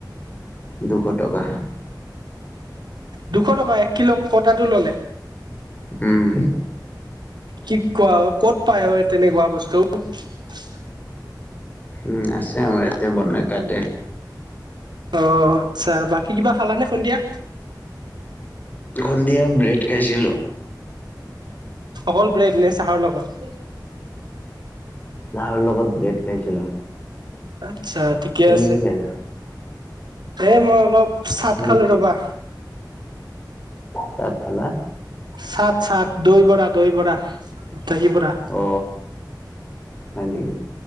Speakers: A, on the left; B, on the right.
A: দুশ টকা।
B: দুশ টকা এক কিলো কটাটো ললে।
A: উম।
B: কি কোৱা, ক'ত পাই অ, তেনেকুৱা বস্তু? <inaudible>
A: উম আছে আমাৰ ইয়াতে বনাই কাটে।
B: অ, আচ্ছা বাকী কিবা খালা নে সন্ধিয়া?
A: সন্ধিয়া ব্ৰেড খাইছিলোঁ।
B: অকল ব্ৰেড নে, চাহৰ লগত?
A: চাহৰ লগত ব্ৰেড খাইছিলো।
B: আচ্ছা ঠিকে
A: তুমি
B: আছে,
A: কি খাইছা?
B: এ মই অলপ চাট
A: তুমি
B: খালো ৰ'বা।
A: চাট খালা?
B: চাট চাট দৈ বৰা দৈ বৰা দহি পৰা।
A: অ, হয় নেকি।